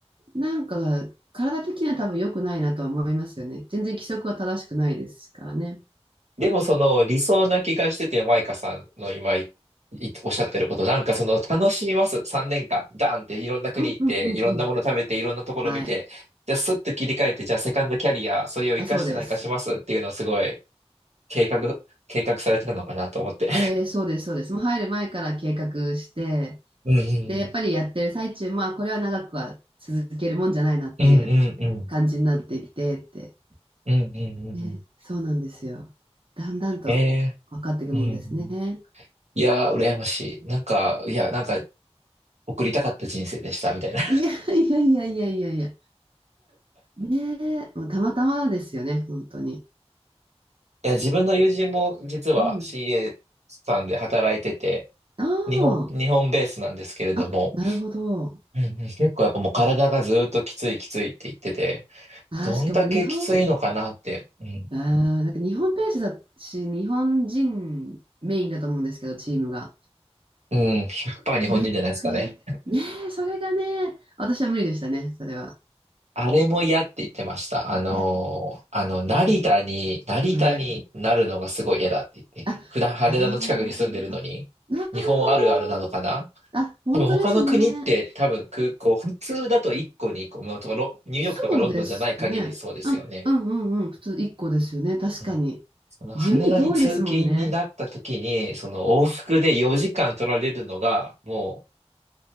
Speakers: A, on the right; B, on the right.
A: なんか、体的には多分良くないなとは思いますよね。全然規則は正しくないですからね。
B: でもその理想な気がしてて、マイカさんの今いいおっしゃってること、なんかその楽しみます。3年間、ダーンっていろんな国行って、
A: うんうんうんうん。
B: いろんなもの食べて、いろんなところ見て、
A: はい。
B: じゃあスッと切り替えて、じゃあセカンドキャリア、それを活かして何かしますっていうのをすごい
A: あ、そうです。
B: 計画、<laughs> 計画されてたのかなと思って。
A: えー、そうです、そうです。もう入る前から計画して、
B: うん
A: で、やっぱりやってる最中、まあ、これは長くは続けるもんじゃないなっていう
B: うんうんうんうん
A: 感じになっていってって。
B: うんうんうんうん
A: ね、そうなんですよ。だんだんと分かっていくもんですね。
B: ええうんうんいやー、羨ましい。なんか、いや、なんか、送りたかった人生でした、みたいな。
A: いやいやいやいやいやいや。ねえ、もうたまたまですよね、本当に。
B: いや、自分の友人も実は
A: うん。うん、
B: CA さんで働いてて、
A: あ
B: 日本、日本ベースなんですけれども、
A: あ、あ、なるほど。
B: うんうん結構やっぱもう体がずっときついきついって言ってて、
A: ああ、
B: どんだけきついのかなって、
A: しかも日本、
B: うん、
A: あーなんか日本ペースだし、日本人メインだと思うんですけど、チームが。
B: うん、100%
A: それって、
B: 日本人じゃないですかね。
A: ねえ、それがね、私は無理でしたね、それは。
B: あれも嫌って言ってました。あのーあの、
A: いや、大変だと。
B: 成田に、成田になるのがすごい嫌だって言って、
A: はい。あ、
B: 普段羽田の近くに住んでるのに、
A: あーあ、なるほ
B: 日本あるあるなのかな
A: ど。あ、本当ですね。
B: 多分他の国って多分空港、普通だと1個に1個、ものとかロニューヨークとかロンドンじゃない限りそうですよね。
A: そうですね。うん、うん、うん、うん。普通1個ですよね、確かに。
B: うん。その羽田に通勤になった時に、
A: 地味に遠いですもんね。
B: その往復で4時間取られるのが、も